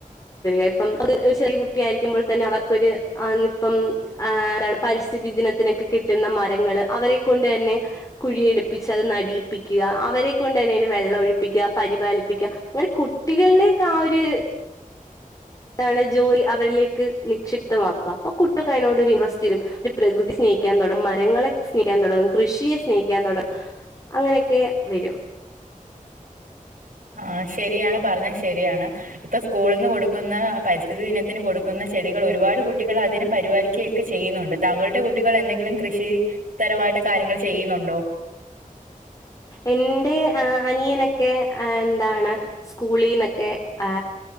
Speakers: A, on the left; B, on the right.
A: ഇപ്പം ഒരു ചെറിയ കുട്ടിയ ആയിരിക്കുമ്പോൾ തന്നെ അവർക്കൊരു ഇവനിപ്പം ആരാണ് പരി സ്ഥിതിദിനത്തിനൊക്കെ കിട്ടുന്ന മരങ്ങള് അവരെക്കൊണ്ട് തന്നെ കുഴിയെടുപ്പിച്ച് അത് നടീപ്പിക്കുക അവരെക്കൊണ്ട് തന്നെ അയിന് വെള്ളം ഒഴിപ്പിക്കുക പരിപാലിപ്പിക്കുക അങ്ങനെ കുട്ടികളിലേക്കാഒര് അതാണ് ജോലി അവരിലേക്ക് നിക്ഷിപ്തമാക്കുക അപ്പൊ കുട്ടികക്കയിനോടൊരിണ്ട്രസ്റ്റ് വരും പ്രകൃതി സ്നേഹി ഹിക്കാൻ തൊടങ്ങും മരങ്ങളെ സ്നേഹിക്കാൻ തൊടങ്ങും കൃഷിയെ സ്നേഹിക്കാൻ തൊടങ്ങും അങ്ങനെയൊക്കെ വരും
B: ആഹ് ശെരിയാണ് പറഞ്ഞത് ശെരിയാണ് ഇപ്പൊ സ്കൂളിന്ന് കൊടുക്കുന്ന പരിസ്ഥിതി ദിനത്തിന് കൊടുക്കുന്ന ന്ന ചെടികൾ ഒരുപാട് കുട്ടികൾ അതിന് പരിപാലിക്കുകയൊക്കെ ചെയ്യുന്നുണ്ട് താങ്കളുടെ കുട്ടികൾ എന്തെങ്കിലും കൃഷി തര മായിട്ട് കാര്യങ്ങൾ ചെയ്യുന്നുണ്ടോ
A: എന്റെ ആ അനിയനൊക്കെ എന്താണ് സ്കൂളിന്നൊക്കെ ആ